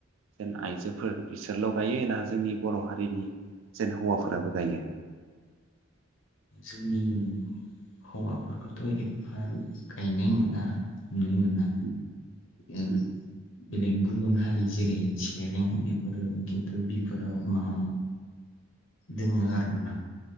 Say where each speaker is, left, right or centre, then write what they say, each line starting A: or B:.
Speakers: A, on the right; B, on the left.
A: जेन आइजोफोर बिसोरल गायो जोंनि बर हारिनि जेन हौवाफोराबो गायो?
B: जोंनि हौवाफोरखौथ एफा गायनाय मोना। नुनाय मोना
A: उ
B: ओ
A: उ।
B: बेलेग गुबुन हारि जेरै सेरें बेफोरो खिन्थु बिफोराव माव दोङो आरोना।